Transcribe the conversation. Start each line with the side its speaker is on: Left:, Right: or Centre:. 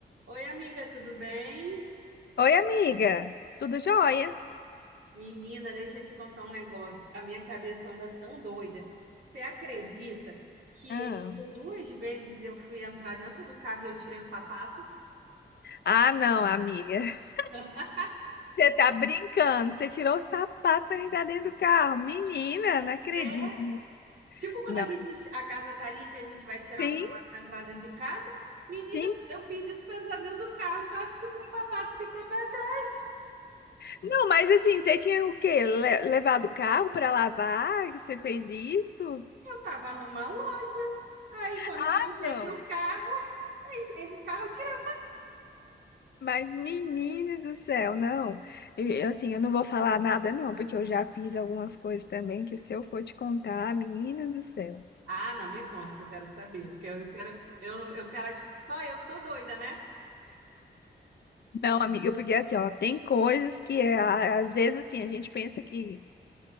Right: Oi, amiga, tudo bem?
Left: Oi, amiga. Tudo jóia?
Right: Menina, deixa eu te contar um negócio. A minha cabeça anda tão doida. Você acredita que
Left: Ah,
Right: por duas vezes eu fui entrar dentro do carro e eu tirei o sapato?
Left: Ah, não, amiga. <laughs>
Right: <laughs>
Left: Você tá brincando. Você tirou o sapato pra entrar dentro do carro. Menina, não acredito.
Right: É, tipo quando
Left: Não,
Right: a gente, a casa tá limpa e a gente vai tirar
Left: sim,
Right: o sapato pra entrar dentro de casa. Menina,
Left: sim.
Right: eu eu fiz isso pra entrar dentro do carro, quase que o meu sapato ficou pra trás.
Left: Não, mas assim, você tinha o quê? Le- levado o carro pra lavar? Que você fez isso?
Right: Eu tava numa loja. Aí, quando
Left: Ah,
Right: voltei
Left: não.
Right: pro carro, eu entrei no carro, tirei.
Left: Mas, menina do céu, não. Eu, assim, eu não vou falar nada, não, porque eu já fiz algumas coisas também que se eu for te contar, menina do céu.
Right: Ah, não, me conta que eu quero saber, porque eu quero, eu, eu quero achar que só eu que tô doida, né?
Left: Não, amiga, porque assim, ó, tem coisas que é, a- às vezes assim, a gente pensa que